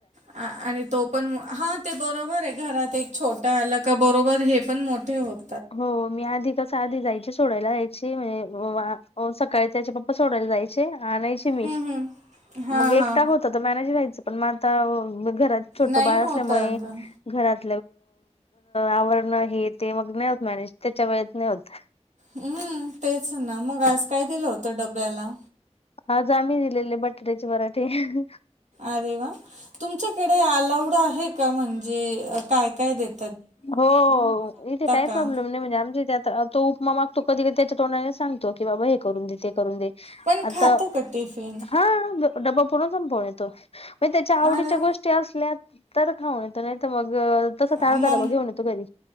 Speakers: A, on the right; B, on the left.
A: अ आणि तो पण हा ते बरोबर आहे घरात एक छोटा आला का बरोबर हे पण मोठे होत
B: हो मी आधी कसं आधी जायचे. सोडायला जायची म्हणजे सकाळी त्याचे पप्पा सोडायला जायचे. आणायची. मी
A: हम्म हम्म हा
B: मग एकटाक
A: हा
B: होता तर मॅनेज घ्हायचं पण मग आता घरात छोटं
A: नाही
B: बाळ
A: होत
B: असल्यामुळे
A: अगं
B: घरात आवरण हे ते मग नाही होत मॅनेज त्याच्या वेळेत नाही होत.
A: हम्म तेच ना मग आज काय दिलं होतं डब्याला
B: हा आमी दिलेले बटाट्याचे पराठे ह ह
A: अरे वा तुमच्याकडे अलाउड आहे का म्हणजे काय काय देत?
B: हो इथे काही
A: का
B: प्रॉब्लेम नाही म्हणजे आमच्या त्यात तो उपमा मागतो कधी कध त्याच्या तोंडाने सांगतो की बाबा हे करून दे, ते करून दे.
A: पण
B: आता
A: खातो का टिफिन?
B: हा डबा पूर्ण संपवून येतो म्हणजे त्याच्या आवडीच्या
A: अरे
B: गोष्टी असल्या तर खाऊ येत नाही तर मग तसाच
A: ह
B: अर्धा
A: म
B: डबा घेऊन येतो घरी